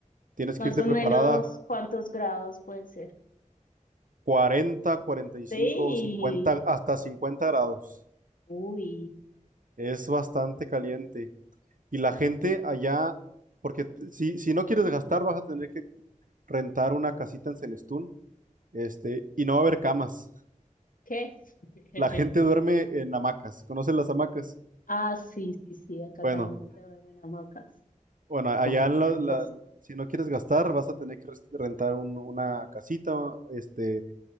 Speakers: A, on the right; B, on the left.
A: tienes
B: más
A: que irte
B: o
A: preparada
B: menos cuántos grados puede ser.
A: cuarenta, cuarenta y cinco,
B: Sí,
A: cincuenta, hasta cincuenta grados.
B: uy,
A: Es bastante caliente. Y la gente allá, porque t- si, si no quieres gastar, vas a tener que rentar una casita en Celestún, este, y no va a haber camas.
B: ¿qué? <laughs>
A: La gente duerme en hamacas. ¿Conoces las hamacas?
B: Ah, sí, sí, sí, acá
A: Bueno,
B: también se duermen hamacas.
A: bueno, allá
B: Una
A: en la- la-
B: cosa.
A: si no quieres gastar, vas a tener que res- rentar un- una casita, este